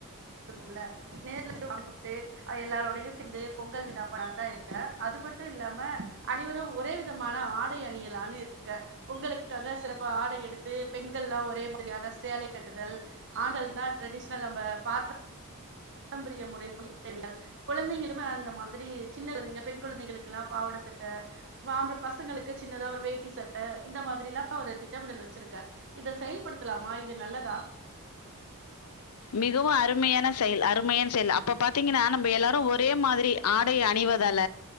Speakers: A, on the right; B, on the left.
A: க்கும்ல நேர்ல இந்து <inaudible> ட்டு அ எல்லாரோடையு சேர்ந்து பொங்கல் விழா <inaudible> தா இருக்கே அது மட்டும் இல்லாம அனைவரும் ஒரே விதமான ஆடை அணியலான்னு இருக்க பொங்களுக்காக சிறப்பு ஆடை எடுத்து பெண்கள் எல்லா ஒரே மாதிரியான சேலை கட்டுதல் ஆண்கள் தா டிரரெடிஷனல் நம்ம பா பாரம்பரிய முறை புய தெரியாது குழந்தைங்களுமே அந்த மாதிரி சின்ன குழந்தைங்க பெண் குழந்தைகளுக்கு எல்லா பாவட சட்ட ஆம்பள பசங்களுக்கு சின்னதா ஒரு வேட்டி சட்ட இந்த மாதிரி எல்லா ஒரு திட்டமிடல் வச்சிருக்கேன் இத செயல்படுத்தலாமா இது நல்லதா
B: மிகவு அருமையான செயல் அருமையான செயல் அப்போ பாத்தீங்கன்னா நம்ம எல்லாரும் ஒரே மாதிரி ஆடை அணிவதால